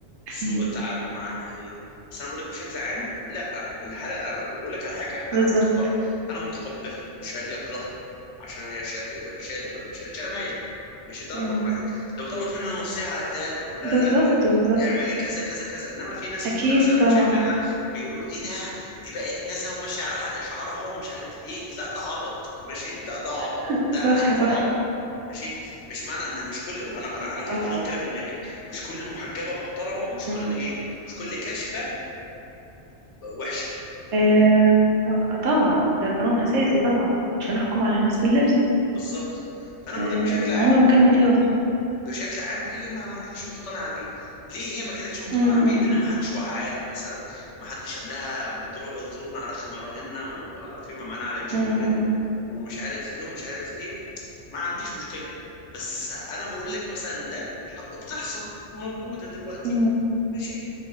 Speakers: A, on the right; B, on the left.
A: <clears throat>
B: سوء التعامل معاها هي بس انا بقول لك بشكل عام لا الحلقه انا بقول لك على حاجه
A: بالظبط
B: انا متقبل انا متقبلها مش هاجي اكرهها عشان هي شافت ولا شالت ولا مش شالت انا مالي ماشي ده
A: امم
B: رقم واحد لو طلبت مني النصيحه هديها لها اقول لها
A: بالظبط
B: لا
A: بالظبط
B: اعملي كذا كذا كذا انما في ناس في
A: اكيد
B: الكليه مثلا أنا
A: طبعا
B: شايفينها بيقولوا ايه ده دي بقت كذا وماشيه على حلق شعرها ومش عارف ايه لا ده عبط ماشي ده ده عبط
A: <laughs>
B: ده
A: صح
B: انا شايفه
A: صح
B: عبط ماشي مش معنى ان مش كل انا انا انا في
A: آه.
B: قانون كده في دماغي مش كل محجبه محترمه ومش
A: امم
B: كل ايه مش كل كاشفه وحشه
A: آه. آه، طبعا ده قانون اساسي طبعا مش هنحكم على الناس باللبس
B: بالظبط فانا بقول
A: آه،
B: لك بشكل عام
A: عمره ما كان مقياس
B: بشكل عام هي ما ما كانتش مقتنعه بيه ليه هي ما كانتش مقتنعه
A: م- م-
B: بيه لان ما حدش وعاها مثلا ما حدش قال لها اضرب- اضربنا على خمارهن وفيما معناه على جيوبهن
A: م- م-
B: ومش عارف ايه ومش عارف ايه ما عنديش مشكله بس انا بقول لك مثلا ده بتحصل موجوده دلوقتي
A: م.
B: ماشي